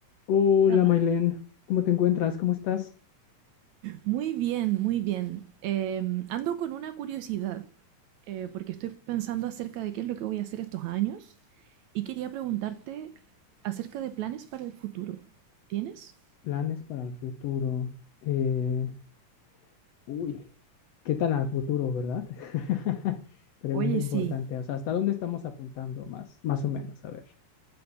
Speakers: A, on the left (about 65°); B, on the right (about 70°).
A: Hola,
B: Ferran,
A: Mailén, ¿cómo te encuentras? ¿Cómo estás?
B: Muy bien, muy bien. Eh, ando con una curiosidad, eh, porque estoy pensando acerca de qué es lo que voy a hacer estos años y quería preguntarte acerca de planes para el futuro. ¿Tienes?
A: Planes para el futuro. Eh, uy, ¿qué tan al futuro, verdad? <laughs> Pregunta
B: Oye,
A: importante.
B: sí.
A: O sea, ¿hasta dónde estamos apuntando más, más o menos? A ver,